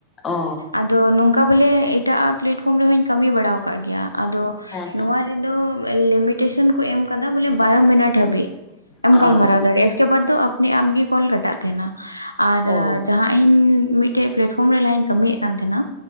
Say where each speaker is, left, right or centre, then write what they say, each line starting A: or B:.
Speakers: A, on the left (about 20°); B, on the left (about 90°).
A: ᱚ
B: ᱟᱫᱚ ᱱᱚᱝᱠᱟ ᱵᱚᱞᱮ ᱮᱴᱟᱜ ᱟᱜ ᱯᱞᱮᱴᱯᱷᱚᱨᱚᱢ ᱨᱮᱦᱚᱧ ᱠᱟᱹᱢᱤ ᱵᱟᱲ ᱟᱠᱟᱫ ᱜᱮᱭᱟ ᱟᱫᱚ
A: ᱦᱮᱸ ᱦᱮᱸ
B: ᱱᱚᱣᱟ ᱞᱤᱢᱤᱴᱮᱥᱚᱱ ᱠᱚ ᱮᱢ ᱟᱠᱟᱫᱟ ᱵᱚᱞᱮ ᱵᱟᱨᱚ ᱢᱤᱱᱤᱴ ᱦᱟᱹᱵᱤᱡ ᱮᱢ
A: ᱚ
B: ᱜᱟᱞᱢᱟᱨᱟᱣ ᱫᱟᱲᱮᱭᱟᱜᱼᱟ ᱾ ᱩᱥᱠᱮ ᱵᱟᱫ ᱫᱚ ᱟᱯᱱ ᱟᱯ ᱜᱮ ᱠᱚᱞ ᱠᱷᱴᱟᱜ ᱛᱟᱦᱮᱱᱟ ᱟᱨ
A: ᱚ
B: ᱡᱟᱦᱟᱸ ᱤᱧ ᱢᱤᱫᱴᱮᱡ ᱯᱞᱟᱴᱯᱷᱚᱨᱚᱢ ᱨᱮ ᱞᱟᱦᱟᱧ ᱠᱟᱹᱢᱤᱭᱮᱫ ᱠᱟᱱ ᱛᱟᱦᱮᱱᱟ